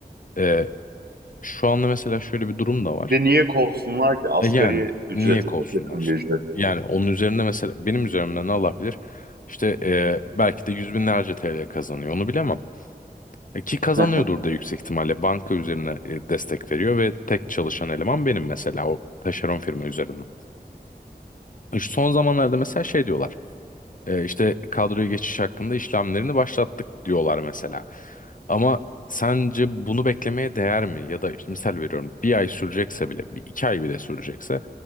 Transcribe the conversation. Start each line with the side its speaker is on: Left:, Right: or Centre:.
Left: E, şu anda mesela şöyle bir durum da var.
Right: Bir De niye kovsunlar ki asgari
Left: E, yani
Right: ücrete
Left: niye kovsunlar?
Right: çok yakın bir ücret.
Left: Yani onun üzerinde mesela benim üzerimden Allah bilir işte e, belki de yüz binlerce TL kazanıyor onu bilemem. E, Ki kazanıyordur
Right: Hı hı.
Left: da yüksek ihtimalle banka üzerine e, destek veriyor ve tek çalışan eleman benim mesela o taşeron firma üzerinden. E, Son zamanlarda mesela şey diyorlar. E, işte kadroya geçiş hakkında işlemlerini başlattık diyorlar mesela. Ama sence bunu beklemeye değer mi? Ya da işte misal veriyorum bir ay sürecekse bile, bir iki ay bile sürecekse